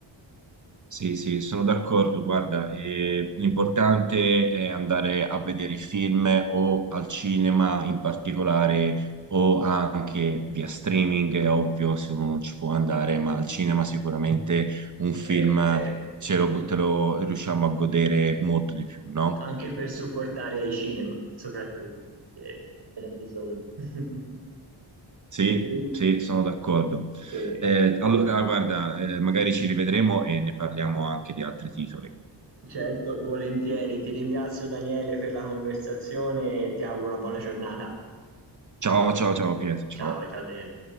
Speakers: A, on the right; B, on the right.
A: Sì, sì, sono d'accordo. Guarda, eh, l'importante è andare a vedere i film o al cinema in particolare o anche via streaming, è ovvio se uno non ci può andare, ma al cinema sicuramente un
B: Sì,
A: film
B: sì.
A: ce lo, te lo riusciamo a godere molto di più, no?
B: Anche per supportare i cinema, soprattutto perché ce n'è bisogno. <laughs>
A: Sì,
B: Sì,
A: sì, sono d'accordo.
B: eh,
A: Eh, allora, guarda, eh, magari ci rivedremo e ne parliamo anche di altri titoli.
B: Certo, volentieri. Ti ringrazio Daniele per la conversazione e ti auguro una buona giornata.
A: Ciao, ciao, ciao Pietro, ciao.
B: Ciao, ciao Daniele.